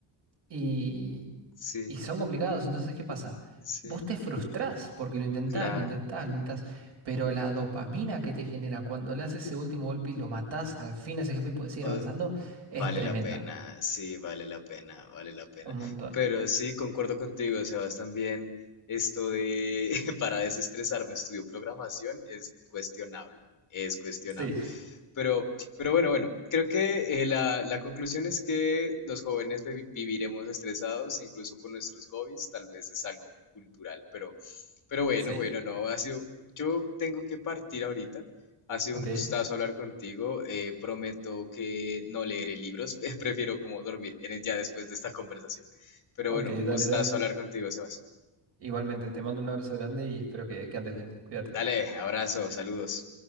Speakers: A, on the right; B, on the left.
A: y,
B: sí,
A: y son complicados. Entonces, ¿qué pasa?
B: sí,
A: Vos te frustrás porque lo intentás,
B: claro.
A: lo intentás, lo intentás. Pero la dopamina que te genera cuando le haces ese último golpe y lo matás al fin a ese jefe y puedes seguir
B: O-
A: avanzando es
B: vale
A: tremenda.
B: la pena, sí, vale la pena, vale la pena.
A: Un montón.
B: Pero sí, concuerdo contigo, Sebas, también esto de <laughs> para desestresarme estudio programación es cuestionable, es cuestionable.
A: Sí,
B: Pero, pero bueno, bueno, creo que eh, la, la conclusión es que los jóvenes vi- viviremos estresados, incluso con nuestros hobbies, tal vez es algo cultural, pero, pero bueno,
A: <laughs>
B: bueno,
A: sí.
B: no, ha sido, yo tengo que partir ahorita, ha sido
A: Ok,
B: un gustazo hablar contigo, eh, prometo que no leeré libros, <laughs> prefiero como dormir en el- ya después de esta conversación, pero
A: ok,
B: bueno, un
A: dale,
B: gustazo
A: Dani.
B: hablar contigo, Sebas.
A: Igualmente, te mando un abrazo grande y espero que, que andes bien. Cuídate.
B: Dale, abrazo, saludos.